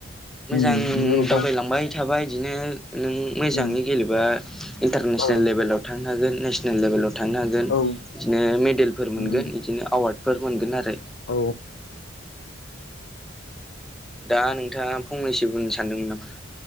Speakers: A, in the centre; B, on the left.
A: मोजां
B: उम नंगौ नोंथां
A: दावबायलांबाय थाबाय इदिनो नों मोजाङै
B: उम
A: गेलेबा इन्टारनेसनेल
B: औ
A: लेभेलाव थांनो हागोन नेसनेल लेभेलाव थांनो हागोन।
B: औ
A: बिदिनो मेडेलफोर
B: उम
A: मोनगोन बिदिनो एवार्डफोर मोनगोन आरो
B: औ
A: दा नोंथाङा फंनैसो बुंनो सानदोंमोन नामा?